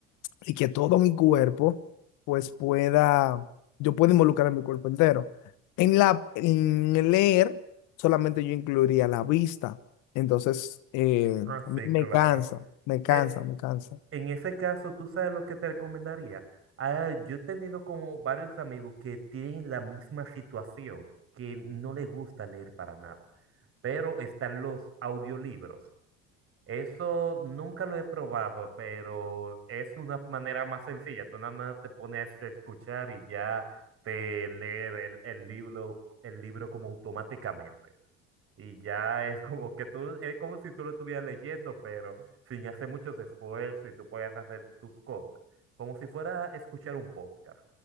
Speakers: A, on the left (about 70°); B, on the right (about 45°).
A: y que todo mi cuerpo, pues pueda, yo pueda involucrar mi cuerpo entero. En la, en leer, solamente yo incluiría la vista. Entonces, eh,
B: Ah,
A: a mí
B: sí,
A: me
B: claro.
A: cansa, me cansa,
B: Eh,
A: me cansa.
B: en ese caso, ¿tú sabes lo que te recomendaría? Ah, yo he tenido como varios amigos que tienen la misma situación, que no les gusta leer para nada, pero están los audiolibros. Eso nunca lo he probado, pero es una manera más sencilla. Tú nada más te pones a escuchar y ya te leer el, el libro, el libro como automáticamente. Y ya es como que tú, es como si tú lo estuvieras leyendo, pero sin hacer muchos esfuerzos y tú puedes hacer tus cosas. Como si fuera escuchar un podcast,